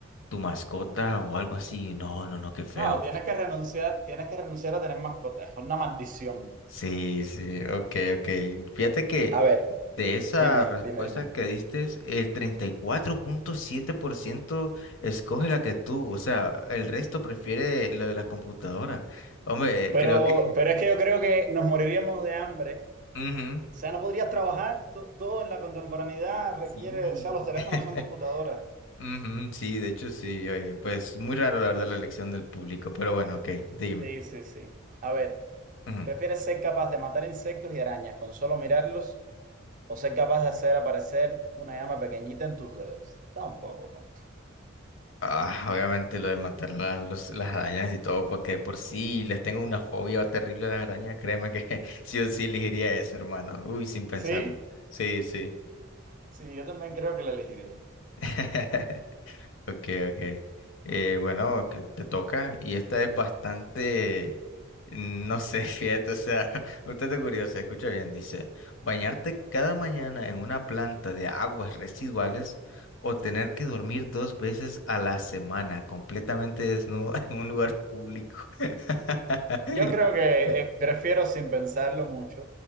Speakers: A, on the left; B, on the right.
A: tu mascota o algo así. No, no, no, qué feo.
B: No, tienes que renunciar, tienes que renunciar a tener mascotas, es una maldición.
A: Sí, sí, ok, ok. Fíjate que
B: A ver,
A: de esa
B: dime,
A: respuesta
B: dime, dime.
A: que diste, el 34.7% escoge la que tú, o sea, el resto prefiere lo de la computadora. Hombre,
B: Pero,
A: creo que... <laughs>
B: pero es que yo creo que nos moriríamos de hambre.
A: Ujú,
B: O sea, no podrías trabajar, to- todo en la contemporaneidad requiere,
A: sí.
B: o sea, los teléfonos
A: <laughs>
B: son computadoras.
A: Ujú, sí, de hecho sí, oye, pues muy raro la verdad la elección del público, pero bueno, ok, dime.
B: Sí, sí, sí. A ver,
A: Ujú.
B: ¿prefieres ser capaz de matar insectos y arañas con solo mirarlos o ser capaz de hacer aparecer una llama pequeñita en tus dedos? Está un poco tonto.
A: Ah, obviamente lo de matar las, los- las arañas y todo, porque de por sí les tengo una fobia terrible de las arañas, créeme que <laughs> sí o sí elegiría eso, hermano. Uy, sin pensarlo.
B: Sí,
A: Sí, sí.
B: sí, yo también creo que la elegiría.
A: <laughs> Ok, ok. Eh, bueno, que te toca. Y esta es bastante, no sé, <laughs> fíjate, o sea, <laughs> un tanto curiosa. Escucha bien, dice, bañarte cada mañana en una planta de aguas residuales o tener que dormir dos veces a la semana completamente desnudo <laughs> en un lugar público. <laughs>
B: Yo creo que eh, prefiero sin pensarlo mucho